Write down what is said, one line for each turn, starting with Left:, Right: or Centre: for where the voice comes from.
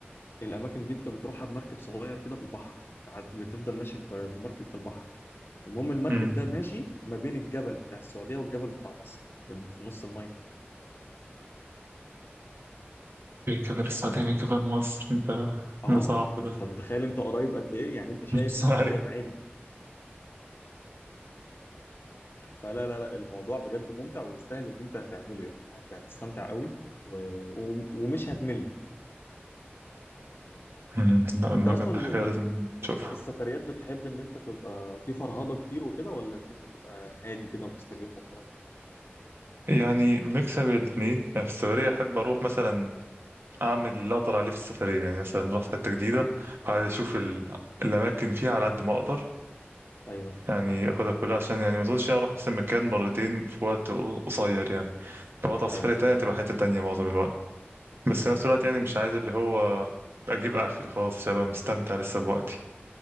Left: الاماكن دي انت بتروحها بمركب صغير كده في البحر بتاع... بتفضل ماشي ب- بمركب في البحر المهم المركب
Right: امم
Left: ده ماشي ما بين الجبل بتاع السعوديه والجبل بتاع مصر في, الم- في نص الميه
Right: من جبل السعودية
Left: آه...
Right: من جبل مصر انت
Left: اه
Right: ده صعب ده
Left: انت متخيل انت قريب قد ايه يعني انت شايف
Right: <laughs>
Left: السعوديه
Right: ايوه
Left: بعينك فلا لا لا الموضوع بجد ممتع ويستاهل ان انت هتعمله يعني هت- هتستمتع قوي و... و... ومش هتمل
Right: مم. لا
Left: انت
Right: ده
Left: اصلا
Right: كانت حكاية
Left: لا.
Right: لازم تشوفها
Left: انت في السفريات بتحب ان انت تبقى في فرهضه كتير وكده ولا ان انت تبقى هادي كده ومستجم والكلام ده
Right: يعني ميكس بين الاتنين يعني في السفرية أحب أروح مثلا أعمل اللي أقدر عليه في السفرية يعني مثلا رحت حتة جديدة
Left: اه
Right: وعايز أشوف ال- الأماكن فيها على قد ما أقدر
Left: ايوه
Right: يعني اخدها كلها عشان يعني ما اظنش اروح نفس المكان مرتين في وقت قصير يعني لو هطلع سفرية
Left: ايوه
Right: تانية
Left: فاهم
Right: هتبقى حتة تانية معظم الوقت بس
Left: امم.
Right: في نفس الوقت يعني مش عايز اللي هو اجيب اخري خلاص عشان ابقى مستمتع لسه بوقتي